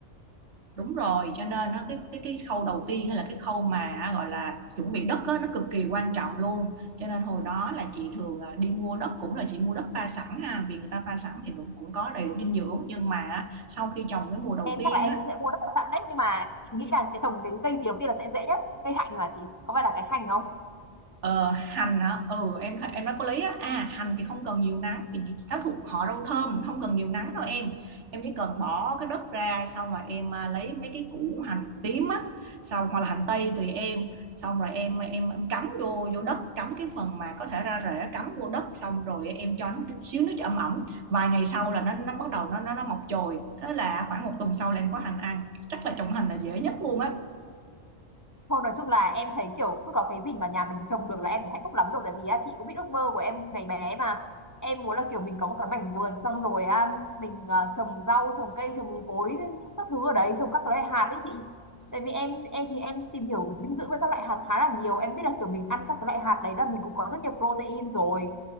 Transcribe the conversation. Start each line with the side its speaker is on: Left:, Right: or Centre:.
Right: đúng rồi cho nên nó cái cái cái khâu đầu tiên á là cái khâu mà gọi là chuẩn bị đất á, nó cực kỳ quan trọng luôn cho nên hồi đó là chị thường à, đi mua đất cũng là chị mua đất pha sẵn ha vì người ta pha sẵn thì cũng cũng có đầy đủ dinh dưỡng nhưng mà á, sau khi trồng cái mùa đầu
Left: Em
Right: tiên
Left: chắc là em
Right: á
Left: cũng sẽ mua đất sẵn đấy nhưng mà chị nghĩ là cái trồng cái cây gì đầu tiên là sẽ dễ nhất? Cây hạnh là chị có phải là cái hành không?
Right: Ờ, hành hả? Ừ em em đã có lấy á. À hành thì không cần nhiều nắng vì nó thuộc họ rau thơm, không cần nhiều nắng đâu em. Em chỉ cần bỏ cái đất ra xong rồi em à, lấy mấy cái củ hành tím á, xong hoặc là hành tây tùy em, xong rồi em à, em em cắm vô vô đất, cắm cái phần mà có thể ra rễ cắm vô đất xong rồi em cho nó chút xíu nước cho ẩm ẩm. Vài ngày sau là nó nó bắt đầu nó nó nó mọc chồi. Thế là khoảng một tuần sau là em có hành ăn. Chắc là trồng hành là dễ nhất luôn á.
Left: Thôi nói chung là em thấy kiểu cứ có cái gì mà nhà mình trồng được là em thấy hạnh phúc lắm rồi tại vì á, chị cũng biết ước mơ của em ngày bé mà em muốn là kiểu mình có một cái mảnh vườn xong rồi á, mình à, trồng rau trồng cây trồng cối các thứ ở đấy trồng các loại hạt đấy chị tại vì em em thì em tìm hiểu dinh dưỡng với các loại hạt khá là nhiều em biết là kiểu mình ăn các cái loại hạt đấy là mình cũng có rất nhiều protein rồi